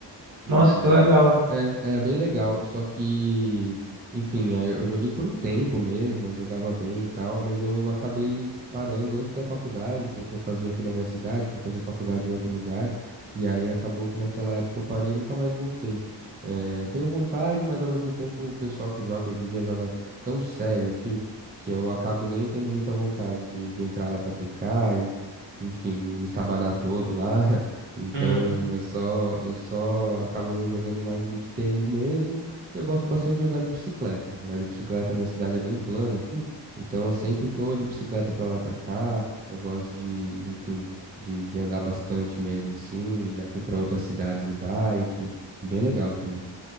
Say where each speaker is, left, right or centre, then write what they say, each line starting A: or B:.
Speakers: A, on the right (about 20°); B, on the right (about 75°).
A: E
B: Nossa, que legal.
A: é, era bem legal, só que, enfim, aí eu joguei por um tempo mesmo, eu jogava bem e tal, mas eu acabei parando antes da faculdade, porque eu fazia aqui na minha cidade, fui fazer faculdade em outro lugar, e aí acabou que naquela época eu parei e nunca mais voltei. É, tenho vontade, mas ao mesmo tempo o pessoal que joga hoje em dia joga tão sério aqui que eu acabo nem tendo muita vontade de, de entrar lá pra brincar e, enfim, me estabanar todo lá. <laughs> Então,
B: Hum,
A: eu só eu só acabo jogando mais beach tênis mesmo, e eu gosto bastante de andar de bicicleta. Andar de bicicleta, minha cidade é bem plana aqui, então eu sempre tô de bicicleta pra lá e pra cá. Eu gosto de, enfim, de, de andar bastante mesmo assim. Já fui pra outras cidades de bike, é bem legal também.